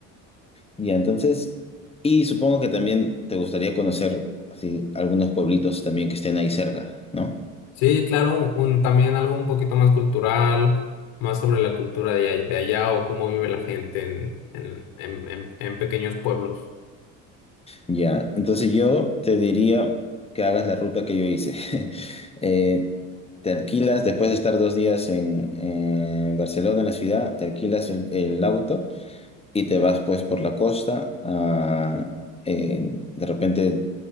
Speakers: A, on the left (about 15°); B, on the left (about 70°).
A: Y entonces, y supongo que también te gustaría conocer así, algunos pueblitos también que estén ahí cerca, ¿no?
B: Sí, claro, un, un- también algo un poquito más cultural, más sobre la cultura de, ahí- de allá o cómo vive la gente en, en, en, en, en pequeños pueblos.
A: Ya, entonces yo te diría que hagas la ruta que yo hice. <laughs> Eh, te alquilas, después de estar dos días en, en Barcelona, en la ciudad, te alquilas el, el auto y te vas pues por la costa. a, eh, de repente